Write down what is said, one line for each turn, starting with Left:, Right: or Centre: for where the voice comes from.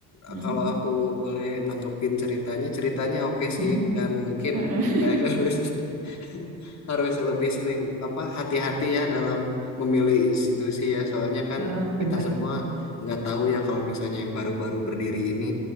Left: eh,
Right: Hmm,
Left: kalau aku boleh nanggepin ceritanya, ceritanya oke
Right: hmm,
Left: sih, dan mungkin
Right: Heeh.
Left: kayak gak harus. <laughs> <laughs> harus lebih sering apa hati-hati ya dalam memilih institusi ya soalnya kan
Right: heeh, bener.
Left: kita semua nggak tahu ya kalau misalnya yang baru-baru berdiri ini